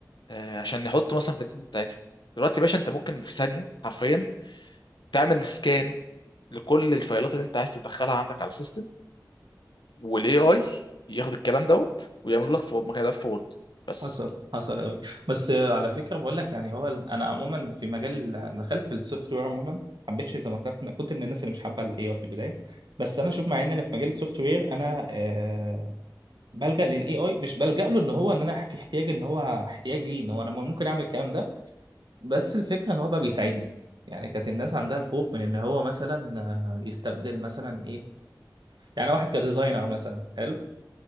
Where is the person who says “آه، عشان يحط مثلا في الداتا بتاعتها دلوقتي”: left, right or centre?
Left